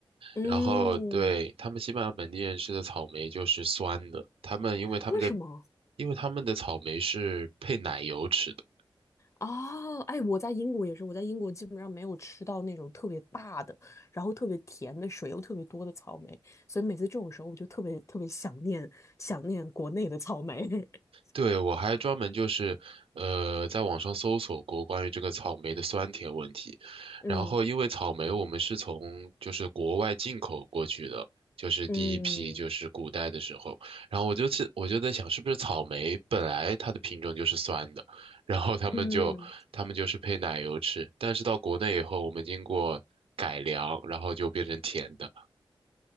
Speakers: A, on the left; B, on the right.
A: 嗯，
B: 然后对，他们西班牙本地人吃的草莓就是酸的，他们因为他们的，
A: 为什么？
B: 因为他们的草莓是配奶油吃的。
A: 哦，哎，我在英国也是，我在英国基本上没有吃到那种特别大的，然后特别甜的水又特别多的草莓，所以每次这种时候我就特别特别想念想念国内的草莓。<laughs>
B: 对，我还专门就是，呃，在网上搜索过关于这个草莓的酸甜问题。
A: 嗯
B: 然后，因为草莓我们是从就是国外进口过去的，就是第一批就是古代的时候。
A: 嗯
B: 然后我就是我就在想，是不是草莓本来它的品种就是酸的，然后他们就他们就是配奶油吃。
A: 嗯。
B: 但是到国内以后，我们经过改良，然后就变成甜的。